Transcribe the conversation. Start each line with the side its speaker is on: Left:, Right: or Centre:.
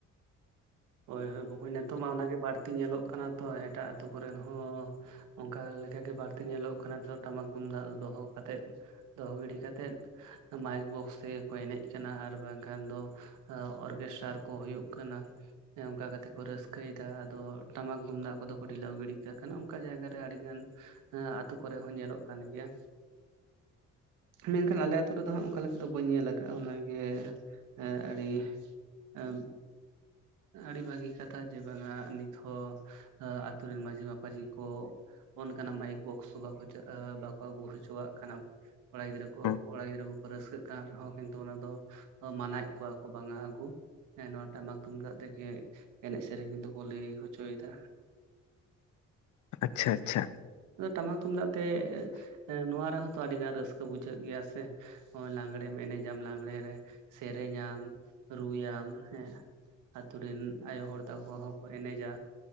Right: ᱦᱳᱭ ᱦᱳᱭ ᱵᱚᱠᱚᱧ ᱱᱤᱛᱚᱜ ᱢᱟ ᱚᱱᱟᱜ ᱜᱮ ᱵᱟᱹᱲᱛᱤ ᱧᱮᱞᱚᱜ ᱠᱟᱱᱟ ᱛᱚ ᱮᱴᱟᱜ ᱟᱛᱳ ᱠᱚᱨᱮᱫ ᱦᱚᱸ᱾ ᱦᱚᱸ ᱚᱱᱠᱟ ᱞᱮᱠᱟ ᱜᱮ ᱵᱟᱹᱲᱛᱤ ᱧᱮᱞᱚᱜ ᱠᱟᱱᱟ ᱱᱤᱛᱚᱜ ᱴᱟᱢᱟᱠ ᱛᱩᱢᱫᱟᱜ ᱫᱚᱦᱚ ᱠᱟᱛᱮᱫ ᱫᱚᱦᱚ ᱜᱤᱲᱤ ᱠᱟᱛᱮᱫ ᱢᱟᱭᱤᱠ ᱵᱚᱠᱥ ᱛᱮᱜᱮ ᱠᱚ ᱮᱱᱮᱡ ᱠᱟᱱᱟ᱾ ᱟᱨ ᱵᱟᱝᱠᱷᱟᱱ ᱫᱚ ᱚᱨᱜᱮᱥᱴᱟᱨ, ᱠᱚ ᱦᱳᱭᱳᱜ ᱠᱟᱱᱟ᱾ ᱚᱱᱠᱟ ᱠᱟᱛᱮ ᱠᱚ ᱨᱟᱹᱥᱠᱟᱹᱭᱫᱟ᱾ ᱟᱫᱚ ᱴᱟᱢᱟᱠ ᱛᱩᱢᱫᱟᱜ ᱠᱚᱫᱚ ᱠᱚ ᱰᱷᱤᱞᱟᱹᱣ ᱜᱤᱰᱤ ᱠᱟᱜ ᱠᱟᱱᱟ᱾ ᱚᱱᱠᱟ ᱡᱟᱭᱜᱟ ᱨᱮ ᱟᱹᱰᱤ ᱜᱟᱱ ᱮᱸ ᱟᱹᱛᱩ ᱠᱚ ᱨᱮ ᱦᱚᱸ ᱧᱮᱞᱚᱜ ᱠᱟᱱ ᱜᱮᱭᱟ᱾ ᱢᱮᱱᱠᱷᱟᱱ ᱟᱞᱮ ᱟᱹᱛᱩ ᱨᱮᱫᱚ ᱦᱟᱸᱜ ᱚᱱᱠᱟ ᱞᱮᱠᱟ ᱫᱚ ᱵᱟᱹᱧ ᱧᱮᱞ ᱟᱠᱟᱜᱼᱟ᱾ ᱚᱱᱟᱜᱮ ᱮᱸ ᱟᱹᱲᱤ ᱮᱜ ᱟᱹᱰᱤ ᱵᱷᱟᱹᱜᱤ ᱠᱟᱛᱷᱟ ᱡᱮ ᱵᱟᱝᱟ ᱱᱤᱛ ᱦᱚᱸ ᱟᱛᱩ ᱨᱮᱱ ᱢᱟᱺᱡᱷᱤ ᱢᱟᱯᱟᱡᱤ ᱠᱚ ᱚᱱᱠᱟᱱᱟᱜ ᱢᱟᱭᱤᱠ ᱵᱚᱠᱥ ᱵᱟᱠᱚ ᱟᱹᱜᱩ ᱦᱚᱪᱚᱣᱟᱜ ᱠᱟᱱᱟ ᱠᱚᱲᱟ ᱜᱤᱫᱽᱨᱟᱹ ᱠᱚ
Left: ᱦᱩᱸ
Right: ᱠᱚᱲᱟ ᱜᱤᱫᱽᱨᱟᱹ ᱠᱚᱠᱚ ᱨᱟᱹᱥᱠᱟᱹᱜ ᱠᱟᱱ ᱨᱮᱦᱚᱸ ᱠᱤᱱᱛᱩ ᱚᱱᱟ ᱫᱚ ᱢᱟᱱᱟᱭᱮᱫ ᱠᱚᱣᱟ ᱠᱚ ᱵᱟᱝᱟ ᱟᱹᱜᱩ ᱦᱮᱸ ᱱᱚᱣᱟ ᱴᱟᱢᱟᱠ ᱛᱩᱢᱫᱟᱜ ᱛᱮᱜᱮ ᱮᱱᱮᱡ ᱥᱮᱨᱮᱧ ᱫᱚᱠᱚ ᱞᱟᱹᱭ ᱦᱚᱪᱚᱭᱮᱫᱟ᱾
Left: ᱟᱪᱪᱷᱟ ᱟᱪᱪᱷᱟ
Right: ᱟᱫᱚ ᱴᱟᱢᱟᱠ ᱛᱩᱢᱫᱟᱜ ᱛᱮ ᱮ ᱱᱚᱶᱟ ᱨᱮᱦᱚᱸ ᱛᱚ ᱟᱹᱰᱤ ᱜᱟᱱ ᱨᱟᱹᱥᱠᱟᱹ ᱵᱩᱡᱷᱟᱹᱜ ᱜᱮᱭᱟ ᱥᱮ ᱱᱚᱜᱚᱸᱭ ᱞᱟᱜᱽᱲᱮᱢ ᱮᱱᱮᱡᱟᱢ ᱞᱟᱜᱽᱲᱮ ᱨᱮ ᱥᱮᱨᱮᱧᱟᱢ ᱨᱩᱭᱟᱢ ᱦᱮᱸ ᱟᱛᱳ ᱨᱮᱱ ᱟᱭᱳ ᱦᱚᱲ ᱛᱟᱠᱚ ᱦᱚᱸᱠᱚ ᱮᱱᱮᱡᱟ